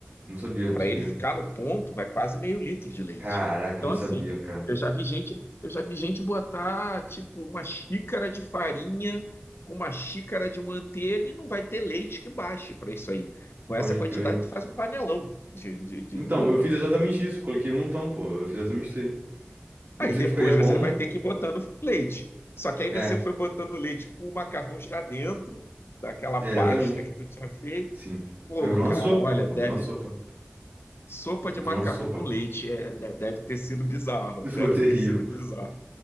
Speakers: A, on the right; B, on the left.
A: Não sabia, não
B: Para
A: sabia.
B: ele ficar no ponto, vai quase meio litro de leite.
A: Caraca,
B: Então,
A: eu não
B: assim,
A: sabia, cara.
B: eu já vi gente, eu já vi gente botar tipo uma xícara de farinha com uma xícara de manteiga e não vai ter leite que baixe para isso aí. Com
A: Pode
B: essa quantidade,
A: crer.
B: tu faz um panelão de, de, de
A: Então,
B: de molho
A: eu
B: branco.
A: fiz exatamente isso. Coloquei um montão, pô. Eu fiz exatamente isso aí. Deve
B: Aí
A: ser
B: depois
A: que ficaria bom.
B: você vai ter que ir botando leite. Só que aí
A: É.
B: você
A: É.
B: foi botando leite com o macarrão já dentro daquela
A: É, exatamente.
B: pasta que tu tinha feito.
A: Sim.
B: Pô,
A: Aí virou
B: cara,
A: uma sopa,
B: olha,
A: pô.
B: deve
A: Virou uma sopa.
B: sopa de
A: Virou
B: macarrão
A: uma sopa.
B: com
A: pô.
B: leite é, de- deve ter sido bizarro,
A: <laughs> Ficou
B: deve
A: terrível.
B: ter sido bizarro.